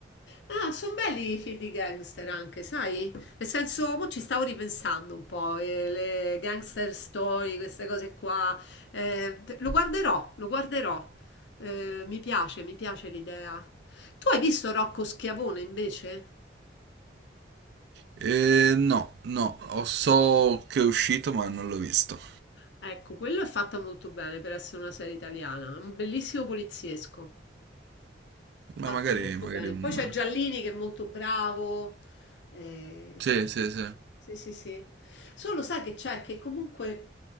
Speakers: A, on the left (about 75°); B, on the right (about 65°).
A: Ah, sono belli i film di gangster anche, sai? Nel senso, mo ci stavo ripensando un po', eh, le gangster story, queste cose qua. Eh, lo guarderò, lo guarderò. Eh, mi piace, mi piace l'idea. Tu hai visto Rocco Schiavone invece?
B: Eh, no, no, ho- so che è uscito ma non l'ho visto.
A: Ecco, quello è fatta molto bene per essere una serie italiana, un bellissimo poliziesco.
B: Ma
A: Fatto
B: magari,
A: molto
B: magari
A: bene.
B: un...
A: Poi c'è Giallini che è molto bravo. eh,
B: Sì,
A: sì,
B: sì, sì.
A: sì, sì, sì. sì. Solo sai che c'è che comunque,